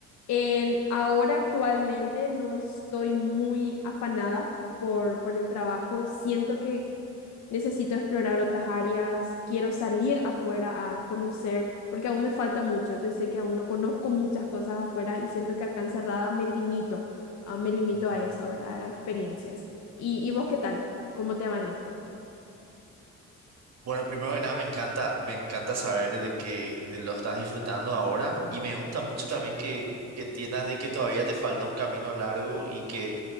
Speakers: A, on the left (about 65°); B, on the right (about 60°).
A: En, ahora actualmente no estoy muy afanada por, por el trabajo. Siento que necesito explorar otras áreas. Quiero salir afuera a conocer, porque aún me falta mucho. Yo sé que aún no conozco muchas cosas afuera y siento que acá encerrada me limito, ah, me limito
B: mm.
A: a eso, ¿verdad? A experiencias. ¿Y, y vos qué tal? ¿Cómo te va en esto?
B: Bueno, primero que nada me encanta, me encanta saber de que de lo estás disfrutando ahora y me gusta mucho también que, que entiendas de que todavía te falta un camino largo y que